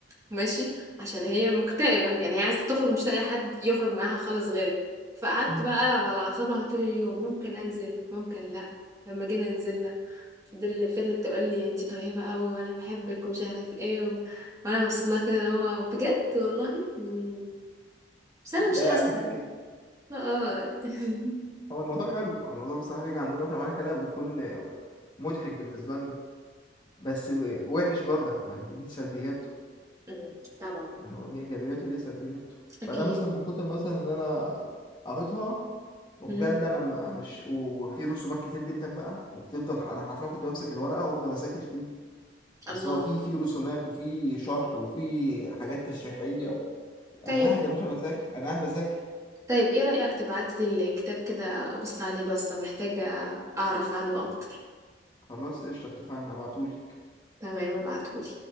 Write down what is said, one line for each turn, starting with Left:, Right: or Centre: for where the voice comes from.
Right: ماشي عشان هي مكتئبه يعني هي عايزه تخرج مش لاقي حد يخرج معاها خالص غيري فقعدت
Left: مم.
Right: بقى العب على اعصابها طول اليوم ممكن انزل ممكن لا لما جينا نزلنا فضل فضلت تقول لي انت طيبه قوي وانا بحبك ومش عارف ايه و... وانا وصلها كده اللي هو بجد والله مم. بس انا مش
Left: لا
Right: حاسه
Left: عليك كده
Right: اه <laughs>
Left: هو الموضوع حلو هو الموضوع بصراحه بيجي عندنا وقت معينه كده بنكون مضحك بالنسبه لنا بس و- وحش برضك ما ليه ليه سلبياته
Right: مم. طبعا
Left: يعني هو ليه ايجابياته وليه سلبياته
Right: اكيد
Left: فده مثلا من كتر مثلا ان انا قريتها وبجد
Right: مم.
Left: انا ما مش و- وفي رسومات كتير جدا بقى وبتفضل ح- انا حرفيا كنت بمسك الورقه وافضل اذاكر فيه
Right: الله
Left: اصل هو في في رسومات وفي شرح وفي حاجات تشريحيه و...
Right: طيب
Left: انا قاعد يا باشا بذاكر انا قاعد بذاكر
Right: طيب ايه رأيك تبعت لي الكتاب كده ابص عليه بس محتاجة اعرف عنه اكتر
Left: خلاص قشطه اتفقنا هبعتولي
Right: تمام ابعتهولي